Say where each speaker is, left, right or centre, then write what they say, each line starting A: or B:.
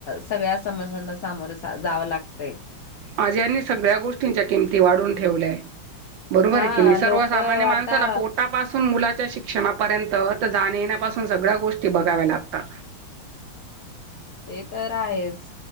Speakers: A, on the left; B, on the right.
A: सगळ्या समस्यांना सामोर सा जाव लागतय
B: आज यांनी सगळ्या गोष्टींच्या किमती वाढून ठेवल्याय बरोबर
A: हा
B: आहे की नाही सर्वसामान्य
A: लोक आता
B: माणसाला पोटापासून मुलात. च्चशिक्षणापर्यंत त जाण येण्यापासून सगळ्या गोष्टी बघाव्या लागता
A: ते तर आहेच